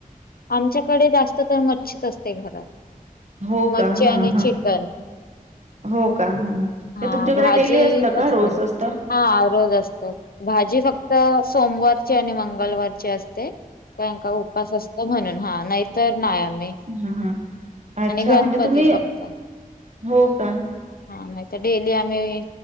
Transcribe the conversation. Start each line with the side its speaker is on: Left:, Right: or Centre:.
Left: आमच्याकडे जास्त तर मच्छीच असते घरात
Right: हो
Left: मच्छी
Right: का हा
Left: आणि
Right: हा
Left: चिकन.
Right: हो का हं हं. ते
Left: हा
Right: तुमच्याकडे
Left: भाजी
Right: डेली असतं का?
Left: कधी
Right: रोज
Left: तरी
Right: असत?
Left: हा रोज असते भाजी फक्त सोमवारची आणि मंगळवारची असते. कारण का उपास असतो म्हणून हा नाहीतर नाही आम्ही
Right: हा हा अच्छा
Left: आणि गणपती
Right: म्हणजे तुम्ही
Left: फक्त
Right: हो का?
Left: हा नाही तर डेली आम्ही